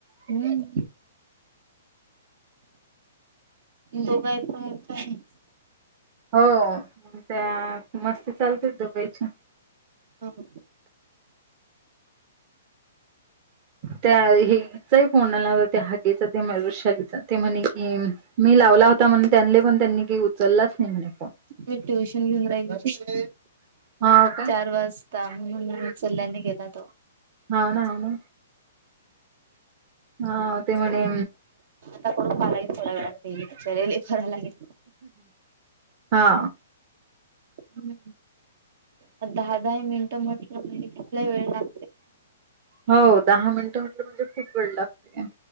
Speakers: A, on the right; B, on the right.
A: हम्म. दोघा येताय. <unintelligible>
B: हो त्या मस्ती चालते दुबेची.
A: हाव
B: त्या हे चाही फोन आला होता त्या हागेचा ते म वृषालीचा ते म्हणे कि मी लावला होता म्हणून त्यांनले पण त्यांनी काही उचललाच नाही म्हणे फोन.
A: म ट्युशन घेऊन राहिलं
B: हा का
A: चार वाज <unintelligible> उचलला नाही गेला तो.
B: हाव ना हाव ना हा ते म्हणे
A: <unintelligible>
B: हा.
A: हम्म आणि दहा दहा ही मिनिटं म्हटलं कितल्या वेळ लाग
B: हो दहा मिनिटं म्हटलं म्हणजे खूप वेळ लागते.